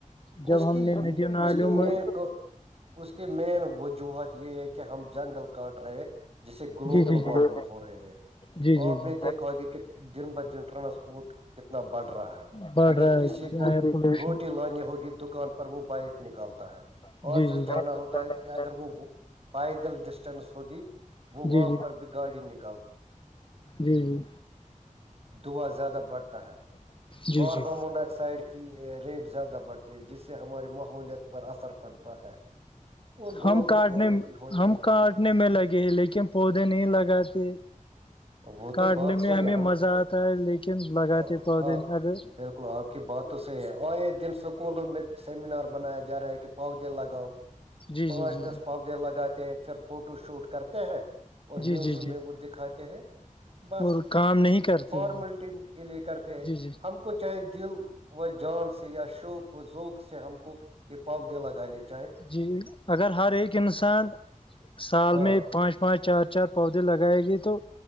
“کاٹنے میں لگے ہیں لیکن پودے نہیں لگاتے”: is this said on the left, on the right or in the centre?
Left